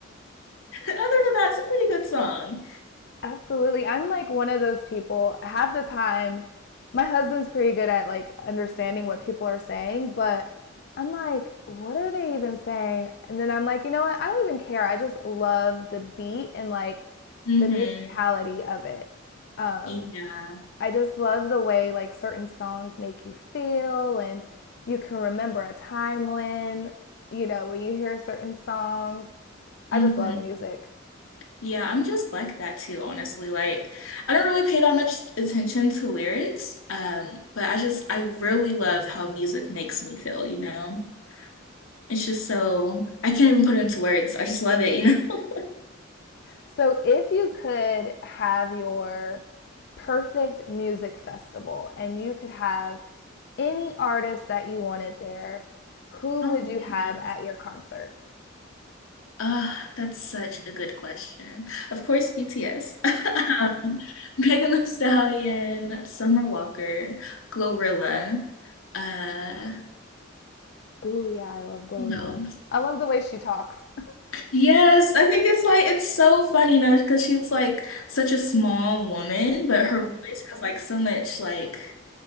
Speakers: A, on the left; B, on the left.
A: than that, it's a pretty good song.
B: Absolutely. I'm like one of those people. Half the time, my husband's pretty good at like understanding what people are saying, but I'm like, what are they even saying? And then I'm like, you know what? I don't even care. I just love the beat and like
A: Mm-hmm.
B: the musicality of it. Um,
A: Yeah.
B: I just love the way like certain songs make you feel and you can remember a time when, you know, when you hear certain songs. I
A: Mm-hmm.
B: just love music.
A: Yeah, I'm just like that too, honestly. Like, I don't really pay that much attention to lyrics, um, but I just I really love how music makes me feel, you know? It's just so I can't even put it into words. I just love it, you know? <laughs>
B: So, if you could have your perfect music festival and you could have any artist that you wanted there, who
A: Oh,
B: would you
A: yeah.
B: have at your concert?
A: Ah, that's such a good question. Of course, BTS, <laughs> Megan Thee Stallion, Summer Walker, Glorilla. Uh,
B: Ooh, yeah, I love Glorilla.
A: who
B: I love the way she talks.
A: Yes, I think it's like it's so funny, you know, because she's like such a small woman, but her voice has like so much like